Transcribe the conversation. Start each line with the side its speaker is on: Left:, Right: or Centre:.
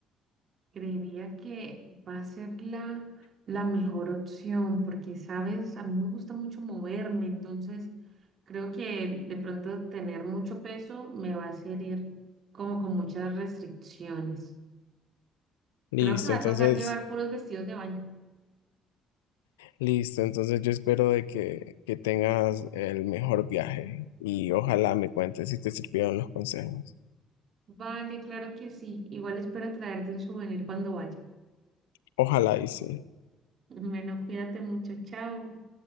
Right: Creería que va a ser la, la mejor opción porque, sabes, a mí me gusta mucho moverme, entonces creo que de pronto tener mucho peso me va a hacer ir como con muchas restricciones.
Left: Listo,
Right: Creo que va
Left: entonces,
Right: a tocar llevar puros vestidos de baño.
Left: listo, entonces yo espero de que, que tengas el mejor viaje y ojalá me cuentes si te sirvieron los consejos.
Right: Vale, claro que sí. Igual espero traerte un souvenir cuando vaya. <laughs>
Left: Ojalá y sí.
Right: Bueno, cuídate mucho. Chao.